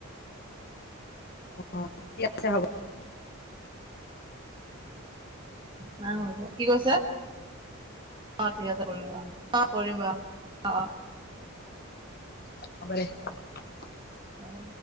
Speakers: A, on the left; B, on the right.
A: অ', ঠিক আছে হ'ব।
B: ন কি কৈছে অ', ঠিক আছে কৰিব। অ', কৰিমিবা অ',।
A: <unintelligible>
B: হয়।